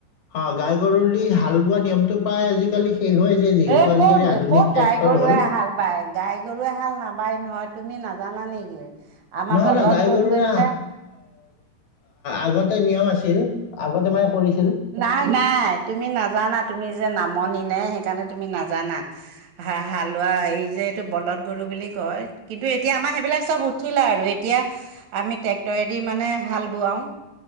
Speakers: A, on the left (about 80°); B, on the right (about 65°).
A: অ গাই গৰুৰি হাল বোৱা নিয়মটো প্ৰায় আজিকালি শেষ হৈ আছে যিহেতু
B: এ
A: আজিকালি
B: ক'ত
A: আধুনিক
B: কত
A: ট্ৰেক্টৰ
B: গাই গৰুৱে
A: হ'ল।
B: হাল বায় গাই গৰুৱে হাল নাবায় নহয় তুমি নাজানা নেকি আমাৰ
A: নহয়
B: বলধ
A: নহয় গাই
B: গৰুৱেহে
A: গৰুৰে আগতে নিয়ম আছিল ছিল আগতে মানে কৰিছিল
B: নাই নাই তুমি নাজানা তুমি নামনি নে সেইকাৰণে তুমি নাযানা, বা হালোৱা সেই যে এইটো বল গৰু বুলি কয়, কিন্তু এতিয়া আমাৰ সেইবিলাক চব উঠিলে আৰু এতিয়া আমি ট্ৰেক্টৰেদি মানে হাল বোৱাওঁ